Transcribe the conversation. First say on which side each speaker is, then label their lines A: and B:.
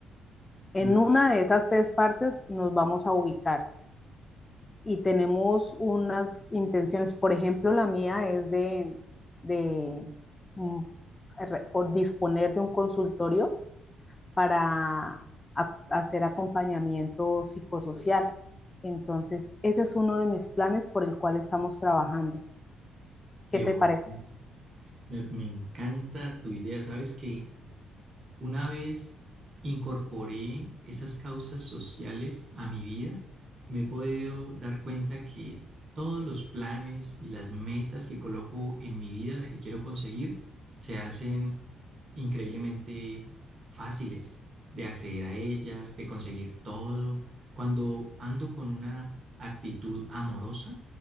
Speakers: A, on the left; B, on the right.
A: En
B: Me parece.
A: una de esas tres partes nos vamos a ubicar. y tenemos unas intenciones, por ejemplo, la mía es de, de mm, re- o disponer de un consultorio para a- hacer acompañamiento psicosocial. Entonces, ese es uno de mis planes por el cual estamos trabajando.
B: Qué
A: ¿Qué te
B: bonito.
A: parece?
B: Me, me encanta tu idea. ¿Sabes que Una vez incorporé esas causas sociales a mi vida, me he podido dar cuenta que todos los planes y las metas que coloco en mi vida, las que quiero conseguir, se hacen increíblemente fáciles de acceder a ellas, de conseguir todo. Cuando ando con una actitud amorosa,